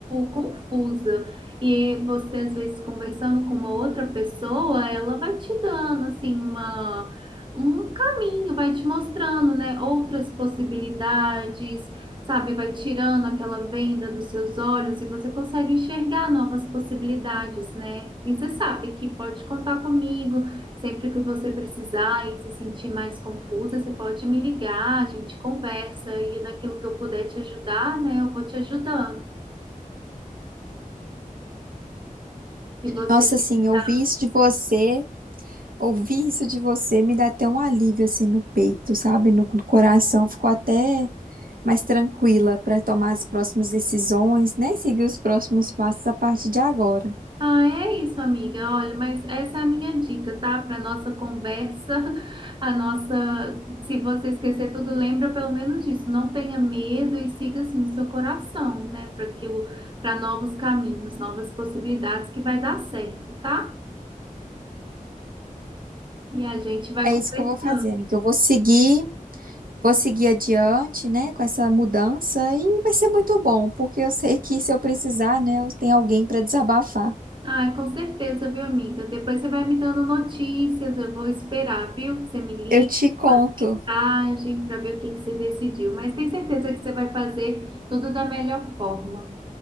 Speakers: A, on the right (about 35°); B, on the right (about 80°).
A: confusa. E você, às vezes, conversando com uma outra pessoa, ela vai te dando, assim, uma, um caminho, vai te mostrando, né, outras possibilidades, sabe? Vai tirando aquela venda dos seus olhos e você consegue enxergar novas possibilidades, né? E você sabe que pode contar comigo Sempre que você precisar e se sentir mais confusa, você pode me ligar, a gente conversa e naquilo que eu puder te ajudar, né, eu vou te ajudando. Se você
B: Nossa,
A: precisar.
B: assim, eu ouvi isso de você. Ouvir isso de você me dá até um alívio assim no peito, sabe? No coração. Ficou até mais tranquila para tomar as próximas decisões, né? Seguir os próximos passos a partir de agora.
A: Ah, é isso, amiga. Olha, mas essa é a minha dica, tá? Para nossa conversa, <laughs> a nossa. Se você esquecer tudo, lembra pelo menos disso. Não tenha medo e siga assim o seu coração, né? Para aquilo, para novos caminhos, novas possibilidades que vai dar certo, tá? E a gente vai
B: É
A: conversando.
B: isso que eu vou fazer, amiga. Eu vou seguir, vou seguir adiante, né? Com essa mudança e vai ser muito bom, porque eu sei que se eu precisar, né? Eu tenho alguém para desabafar.
A: Ah, com certeza, viu, amiga? Depois você vai me dando notícias, eu vou esperar, viu? Você me liga,
B: Eu te conto.
A: manda mensagem para ver o que que você decidiu. Mas tenho certeza que você vai fazer tudo da melhor forma.